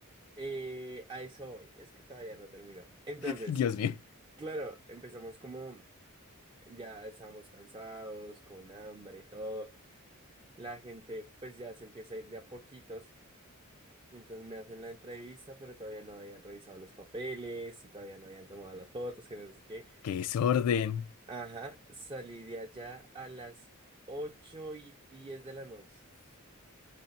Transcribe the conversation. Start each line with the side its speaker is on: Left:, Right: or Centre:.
Right: Eh, a eso voy, es que todavía no terminó. Entonces,
Left: <laughs> Dios mío,
Right: claro, empezamos como... Ya estábamos cansados, con hambre, todo. La gente pues ya se empieza a ir de a poquitos. Entonces me hacen la entrevista, pero todavía no habían revisado los papeles y todavía no habían tomado las fotos, que no sé qué.
Left: qué desorden.
Right: Ajá, salí de allá a las 8 y 10 de la noche.